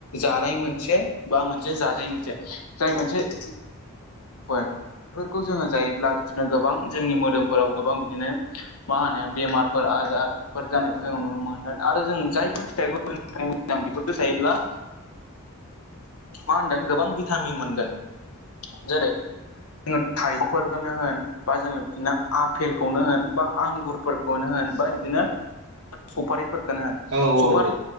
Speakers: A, on the left; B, on the right.
A: जानाय मोनसे बा मोनसे जाजायै मोनसे जाय मोनसे फोर बेफोरखौ जोङो जायोब्ला बिदिनो गोबां जोंनि मोदोमफोराव गोबां बिदिनो मा होनो बेमारफोर आजारफोर जानायखौ जोङो नुनो मोनगोन आरो जों जायफोर फिथाइखौ <unintelligible> बेफोरखौ जायोब्ला मा होनदों गोबां भिटामिन मोनगोन जेरै जोङो थाइजौफोरखौनो होन बा जोङो बिदिनो आफेलखौनो होन बा आंगुर फोरखौनो होन बा बिदिनो सफारिफोरखौनो होन
B: औ औ औ
A: सफारि